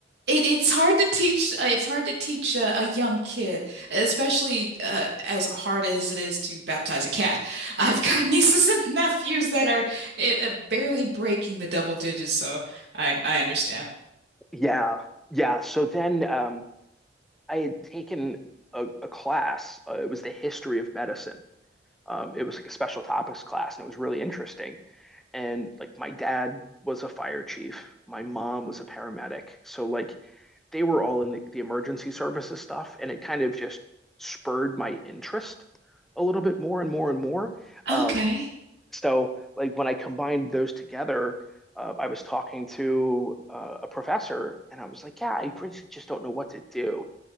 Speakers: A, on the right; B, in the centre.
A: It, it's hard to teach. Uh, it's hard to teach uh, a young kid, especially uh, as hard as it is to baptize a cat. <laughs> I've got nieces and nephews that are it, uh, barely breaking the double digits, so I I understand.
B: Yeah. Yeah. So then um, I had taken a, a class. Uh, it was the history of medicine. Um, it was like a special topics class, and it was really interesting. And like my dad was a fire chief, my mom was a paramedic. So like they were all in the, the emergency services stuff, and it kind of just spurred my interest a little bit more and more and more.
A: Okay.
B: Um, so, like when I combined those together, uh, I was talking to uh, a professor, and I was like, "Yeah, I really just don't know what to do."